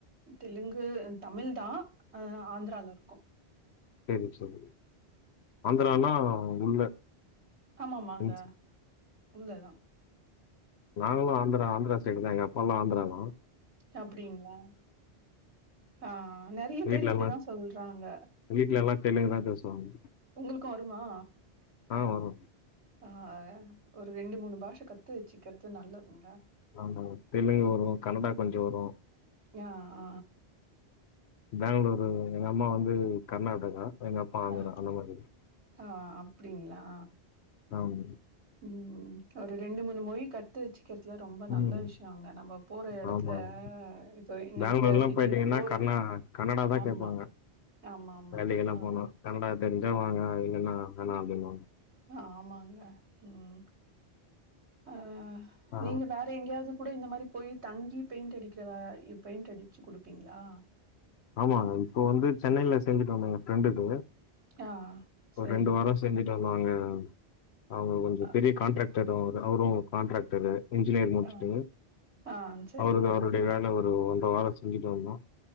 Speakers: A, on the right (about 85°); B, on the left (about 75°).
A: தெலுங்கு தமிழ்தா ஆ ஆந்திரால இருக்கோம்
B: சரி சரி ஆந்திரானா உள்ள
A: ஆமா ஆமாங்க
B: ம்
A: உள்ளதா
B: நாங்களும் ஆந்திரா ஆந்திரா சைடுதா எங்க அப்பால்லா ஆந்திராதா
A: அப்டிங்களா ஆ நெறைய
B: வீட்ல
A: பேர் இப்டிதா
B: எல்லா
A: சொல்றாங்க
B: வீட்ல எல்லா தெலுங்குதா பேசுவாங்க
A: உங்களுக்கும் வருமா?
B: ஆ வரும்
A: ஆ ஒரு ரெண்டு மூணு பாஷ கத்து வச்சுக்கிறது நல்லதுங்க
B: ஆமாங்க தெலுங்கு வரும் கனடா கொஞ்ச வரும்
A: ஆ ஆ
B: பெங்களூரு எங்க அம்மா வந்து கர்நாடகா எங்க அப்பா வந்து
A: ஆ
B: <unintelligible> மாரி
A: ஆ அப்டிங்களா
B: ஆமா
A: உம் ஒரு ரெண்டு மூணு மொழி கத்து வச்சு க்கிறதுல ரொம்ப நல்ல
B: ம்
A: விஷயங்க நம்ம போற எடத்துல
B: ஆமாங்க
A: இப்ப இன்னைக்கு
B: பெங்களூர்லா
A: த திடீர்னு
B: போயிட்டீங்கன்னா
A: போறீங்க
B: கர்நா கன்னடா தா
A: ஆமா
B: கேப்பாங்க
A: ஆமா ஆமா
B: வேலைக்கெல்லா
A: ஆ
B: போனா கன்னடா தெரிஞ்சா வாங்க இல்லன்னா வேனா அப்டிம்பாங்க
A: ஆமாங்க உம் ஆ
B: ஆ
A: நீங்க வேற எங்கயாவது கூட இந்த மாதிரி போய் தங்கி பெயிண்ட் அடிக்கிற வே பெயிண்ட் அடிச்சு குடுப்பீங்களா
B: ஆமாங்க இப்போ வந்து சென்னையில செஞ்சிட்டு வந்தங்க ஃப்ரெண்டுக்கு
A: ஆ சரிங்க.
B: ஒரு ரெண்டு வாரம் செஞ்சுட்டு வந்தோங்க ஆ அவுங்க கொஞ்சம்
A: ஆ
B: பெரிய கான்ட்ராக்ட் டர் அவர் அவரும் கான்ட்ராக்டரு இன்ஜினியர் முடிச்சுட்டு
A: ஆ ஆ சரிங்க.
B: அவருது அவருடைய வேல ஒரு ஒரு ஒன்றரை வார செஞ்சுட்டு வந்தோம்